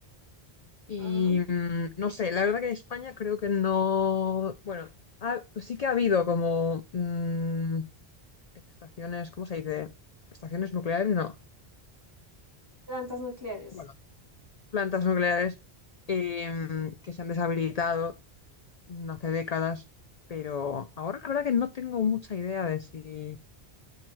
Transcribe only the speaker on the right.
Ajá.
Plantas nucleares.